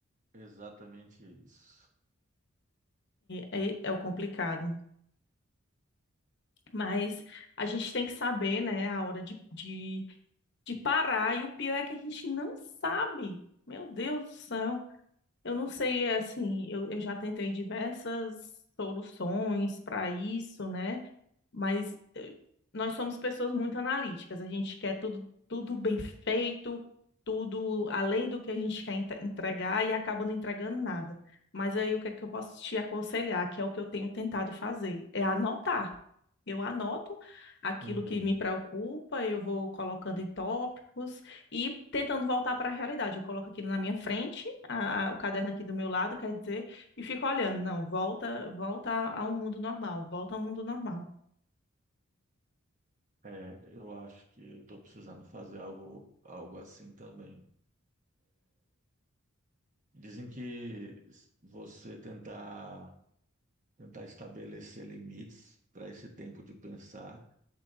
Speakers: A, on the right (about 35°); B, on the left (about 50°).
A: Exatamente isso.
B: É, é, é o complicado. Mas a gente tem que saber, né, a hora de, de, de parar. E o pior é que a gente não sabe. Meu Deus do céu. Eu não sei, é assim, eu, eu já tentei diversas soluções para isso, né? Mas eh, nós somos pessoas muito analíticas, a gente quer tudo, tudo bem feito, tudo além do que a gente quer entre- entregar e acaba não entregando nada. Mas aí o que é que eu posso te aconselhar, que é o que eu tenho tentado fazer, é anotar. Eu anoto aquilo
A: Uhum.
B: que me preocupa, eu vou colocando em tópicos e tentando voltar para a realidade. Eu coloco aquilo na minha frente, a- a- o caderno aqui do meu lado, quer dizer, e fico olhando. Não, volta, volta ao mundo normal, volta ao mundo normal.
A: É, eu acho que eu estou precisando fazer algo, algo assim também. Dizem que s- você tentar, tentar estabelecer limites para esse tempo de pensar